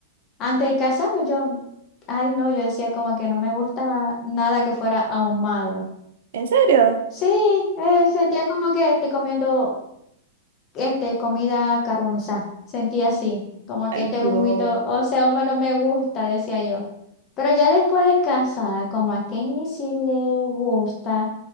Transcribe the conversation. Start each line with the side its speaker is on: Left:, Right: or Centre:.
Left: Antes de casarme, yo, ay, no, yo decía como que no me gustaba nada que fuera ahumado.
Right: ¿En serio?
Left: Sí, eh, sentía como que estoy comiendo este, comida carbonizada. Sentía así, como
Right: Ay,
Left: que este
Right: Dios.
Left: humito, o sea, humo no me gusta, decía yo. Pero ya después de casada, como a Kenny sí le gusta,